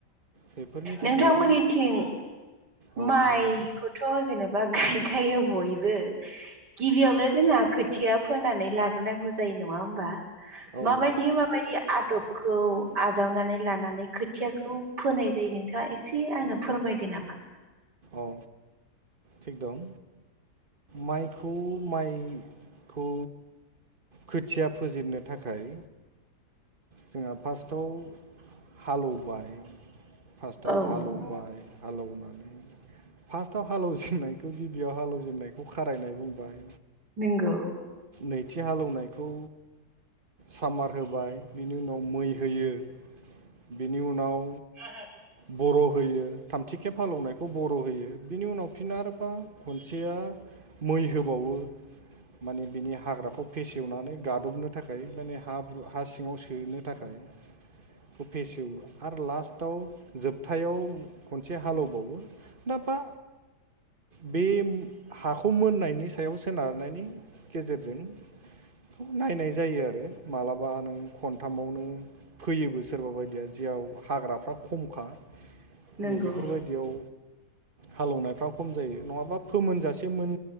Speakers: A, on the right; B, on the right.
A: बेफोरनि थाखायनो
B: नोंथांमोननिथिं
A: औ
B: माइखौथ'
A: बुंलाय
B: जेनेबा गायखायो बयबो गिबियावनो जोंहा खोथिया फोनानै लाग्रोनांगौ जायो नङा होमबा।
A: औ
B: माबायदि-माबायदि आदब‌
A: <inaudible>
B: आजावनानै लानानै खोथियाखौ फोनाय जायो। नोंथाङा एसे आंनो फोरमायदो नामा?
A: औ थिग दं। माइखौ माइखौ खोथिया फोजेननो थाखाय जोंहा फार्स्टआव हालौबाय फार्स्टआव
B: औ
A: हालौ बाय हालेवना फार्स्टआव हालेव जेननायखौ गिबियाव हालेवजेननायखौ खारायनाय बुंबाय।
B: नोंगौ।
A: नैथि हालौवनायखौ सामार होबाय बिनि उनाव मै होयो बिनि उनाव
B: <inaudible>
A: बर' होयो थामथिखेब हालौवनायखौ बर' होयो बिनि उनाव फिन आरोबाव खनसेया मै होबावो माने बिनि हाग्राखौ फेसेवनानै गादबनो थाखाय माने हाब्रु हा सिङाव दोनो थाखाय बेखौ फेसेवो आरो लास्टाव जोबथायाव खनसे हालेवबावो। नाबा बे हाखौ मोननायनि सायाव सोनारनायनि गेजेरजों बे नायनाय जायो आरो मालाबा नों खनथामावनो फोयोबो सोरबा बायदिया जेयाव हाग्राफ्रा खमखा।
B: नंगौ
A: नै बेफोरबायदियाव हालेवनायफ्रा खम जायो नंङाबा फोमोनजासे मोन